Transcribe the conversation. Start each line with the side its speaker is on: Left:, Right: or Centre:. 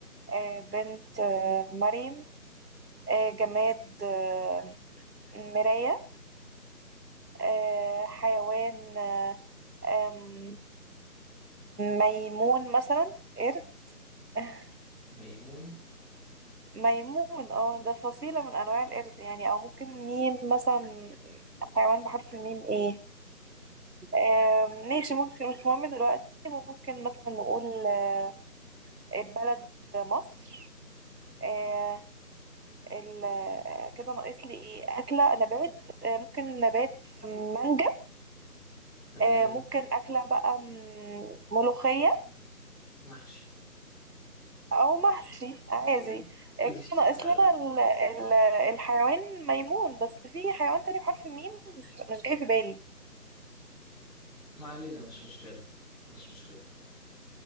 Right: آه بنت آه مريم آه جماد آه مراية آه حيوان آه آم، ميمون مثلا قرد <laughs>
Centre: ميمون
Right: ميمون اه ده فصيلة من أنواع القرد يعني أو ممكن ميم مثلا حيوان بحرف الميم ايه آم، ماشي ممكن مش مهم دلوقتي ممكن مثلا نقول آه، بلد مصر آه، ال- آه، كده ناقص لي ايه اكله نبات آه، ممكن نبات مانجا
Centre: تمام
Right: آه، ممكن اكله بقى م- ملوخيه
Centre: محشي
Right: او محشي عادي
Centre: <laughs> قشطة
Right: آه، كده ناقص
Centre: حلو
Right: لنا ال- ال- الحيوان ميمون بس في حيوان تاني بحرف الميم مش مش جاي في بالي
Centre: ما علينا مش مشكلة مش مشكلة